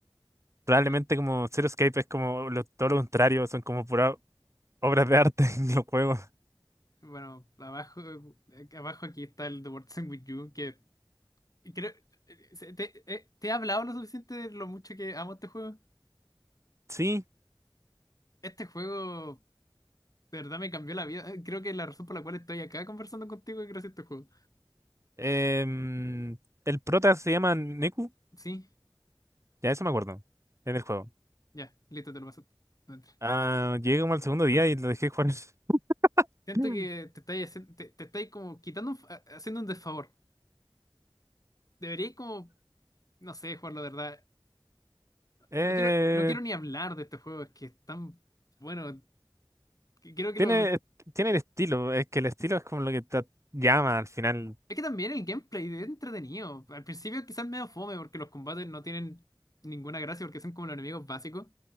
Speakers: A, on the right (about 35°); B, on the left (about 45°).
A: Probablemente
B: Bueno,
A: como Zero Escape es como lo- todo lo contrario, son como puras obras de arte <laughs> en los juegos.
B: bueno, abajo, eh, abajo aquí está el The World Ends With You, que creo... eh, se- ¿Te, eh, te he hablado lo suficiente de lo mucho que amo este juego?
A: Sí,
B: Este juego de verdad me cambió la vida. Eh, Creo que la razón por la cual estoy acá conversando contigo es gracias a este juego.
A: em, el prota se llama Neku,
B: Sí,
A: ya eso me acuerdo, en el juego.
B: ya, listo, te lo paso. Dentro.
A: Ah, llegué como al segundo día y lo dejé jugar. <laughs>
B: Siento
A: Mm.
B: que te estáis, hacien- te, te estáis como quitando, un fa- eh, haciendo un desfavor. Deberíais como, no sé, jugarlo de verdad.
A: Eh,
B: No quiero, no quiero ni hablar de este juego, es que es tan... Bueno, que Creo que
A: tiene,
B: lo...
A: tiene el estilo, es que el estilo es como lo que te llama al final.
B: Es que también el gameplay es entretenido. Al principio quizás medio fome porque los combates no tienen ninguna gracia porque son como los enemigos básicos.